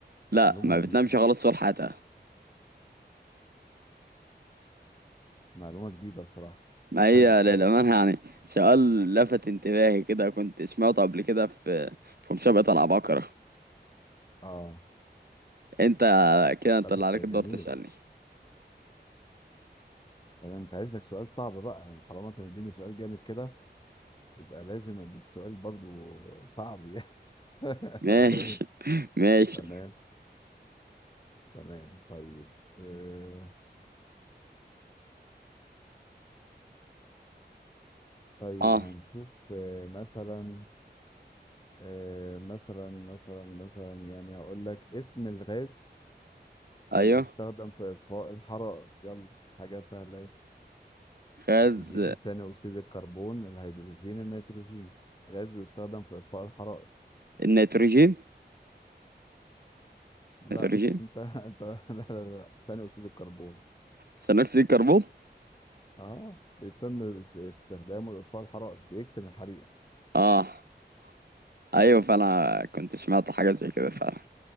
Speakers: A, on the right (about 60°); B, on the left (about 25°).
A: لا
B: معلومة
A: ما
B: جديدة
A: بتنامش خالص طول حياتها
B: معلومة جديدة بصراحة
A: ما هي
B: حلو
A: للأمانة يعني سؤال لفت انتباهي كده كنت سمعته قبل كده في في مسابقة العباقرة
B: اه
A: انت كده انت
B: لا بس
A: اللي عليك
B: جميل
A: الدور تسألني
B: تمام انت عايز لك سؤال صعب بقى يعني طالما انت مديني سؤال جامد كده يبقى لازم اديك سؤال برضو صعب <laughs> يعني
A: ماشي
B: ولا ايه
A: ماشي
B: تمام تمام طيب آه طيب
A: اه
B: هنشوف آه مثلا آه مثلا مثلا مثلا يعني هقول لك اسم الغاز اللي
A: ايوه
B: بيستخدم في إطفاء الحرائق يلا حاجة سهلة
A: غاز
B: أكسجين ثاني أكسيد الكربون الهيدروجين النيتروجين غاز بيستخدم في إطفاء الحرائق
A: النيتروجين
B: لا
A: نيتروجين
B: أنت <laughs> أنت لا لا لا ثاني أكسيد الكربون
A: ثاني اكسيد الكربون
B: أه بيتم است- استخدامه لإطفاء الحرائق بيكتم الحريقة
A: اه ايوه فانا كنت سمعت حاجه زي كده فعلا